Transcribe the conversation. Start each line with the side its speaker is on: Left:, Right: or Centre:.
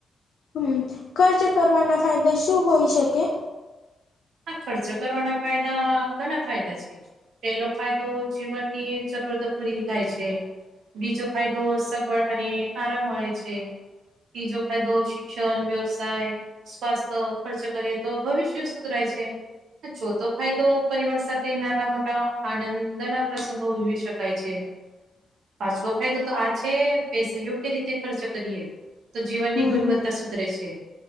Left: હમ્મ, ખર્ચ કરવાના ફાયદા શું હોઈ શકે?
Right: હા, ખર્ચો કરવાના ફાયદા ઘણાં ફાયદા છે. પેલો ફાયદો જીવનની જરૂરતો પૂરી થાય છે. બીજો ફાયદો સગવડ અને આરામ મળે છે. તીજો કાયદો શિક્ષણ, વ્યવસાય, સ્વાસ્થ્ય, ખર્ચ કરીએ તો ભવિષ્ય સુધરાય છે. ચોથો ફાયદો પરિવાર સાથે નાનાં મોટા આનંદના પ્રસંગો ઉજવી શક કાય છે પાચમો ફાયદો તો આ છે પૈસા યોગ્ય રીતે ખર્ચ કરીએ તો જીવનની
Left: હમ
Right: ગુણવત્તા
Left: હમ
Right: સુધરે છે.